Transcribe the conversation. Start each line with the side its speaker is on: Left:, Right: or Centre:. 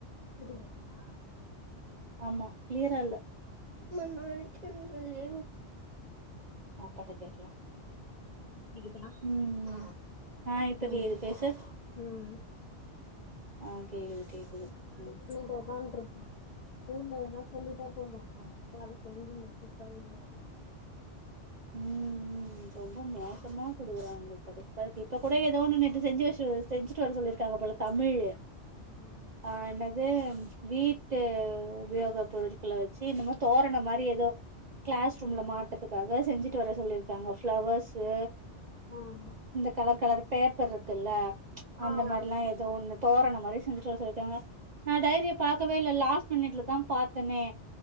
Left: கேட்டுட்டீங்களா
Right: ஆமா கிளியரா இல்ல <unintelligible>
Left: <unintelligible> வெளில வாங்க
Right: அப்பாட்ட கேக்கலா
Left: இப்ப கேக்குதா
Right: ம் ஆ இப்ப
Left: ம்
Right: கேக்குது பேசு
Left: ம்
Right: ஆ கேக்குது
Left: அப்டிதா
Right: கேக்குது
Left: ரொம்ப நேர
Right: ம்
Left: பண்ணிட்டு ஒக்காந்துருப்பா ஸ்கூல்ல எதனா சொல்லிட்டா போதும் அவங்க அத செஞ்சி முடிச்சிட்டு தா விடுவாரு
Right: ம் ம் ரொம்ப மோசமா குடுகுறாங்க கடுப்பா இருக்கு இப்ப கூட ஏதோன்னு நேத்து செஞ்சி வச்சு செஞ்சிட்டு வர சொல்லியிருக்காங்க போல தமிழ்
Left: ம்
Right: ஆ என்னது வீட்டு உபயோக பொருட்கள வச்சி இன்னமோ தோரணம் மாரி எதோ கிளாஸ் ரூம்ல
Left: ம்
Right: மாட்றதுக்காக செஞ்சிட்டு வர சொல்லியிருக்காங்க ஃபிளவர்ஸ்சு
Left: ஆ
Right: இந்த கலர் கலர் பேப்பர் இருக்குல்ல அந்த
Left: ஆ ஆ
Right: மார்ல்லா எ தோன்னு தோரணம் மாரி செஞ்சுட்டு வர சொல்லிருக்காங்க நா டைரிய பாக்கவே இல்ல லாஸ்ட் மினிட்ல தா பாத்தனே